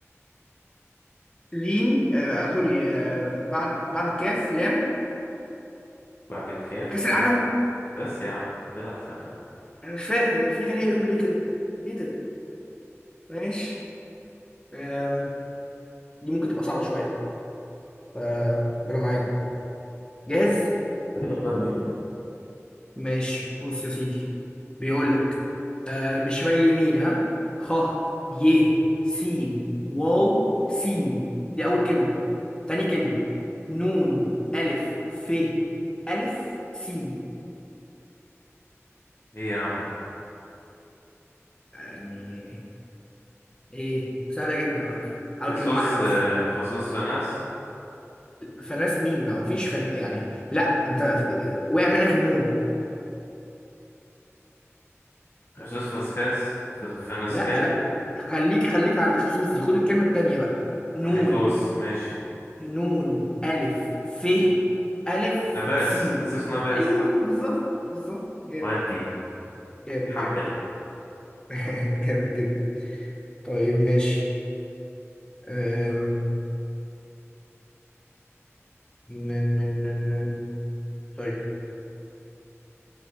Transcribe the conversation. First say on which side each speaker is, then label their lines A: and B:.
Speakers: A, on the left; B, on the left.
A: ليم آه سوري آه بعد بعد الكاف لام
B: بعد الكاف
A: كأس العالم
B: اف بس يا عم دل على السلامة
A: أنا مش فاهم في جالي ايرور ليه كده؟ ايه ده؟ ماشي آم، دي ممكن تبقى صعبة شوية فربنا معاك بقى جاهز؟
B: <laughs> يلا بينا.
A: ماشي بص يا سيدي بيقول لك من شمال ليمين ها خ ي س واو س دي أول كلمة تاني كلمة نون ألف ف ألف س
B: إيه يا عم ده
A: يعني إيه سهلة جدا على فكرة حاول
B: خصوص
A: تجمعها بس
B: آه، خصوص فناس
A: فناس مين ما هو فيش فنا يعني لا أنت ف- وقع منك النون
B: خصوص فاسكاس فز- فنسكاس
A: لا لا خليك خليك عند الخصوص دي خد الكلمة التانية بقى نون
B: خيتوس ماشي
A: نون ألف ف ألف
B: نفاس
A: سين
B: خصيص نفاس
A: أيوه بالظبط بالظبط جامد
B: ودي
A: جامد
B: حب
A: جامد <laughs> جامد جدا طيب ماشي أم... ن- ن- ن- ن- طيب